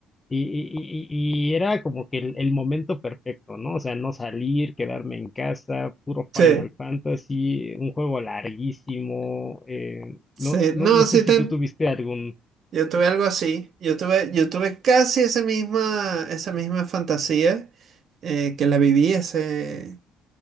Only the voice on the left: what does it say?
y, y- y- y era como que el, el momento perfecto, ¿no? O sea, no salir, quedarme en casa, puro Final
Fantasy, un juego larguísimo, eh, no,
no,
no sé
si
tú tuviste algún...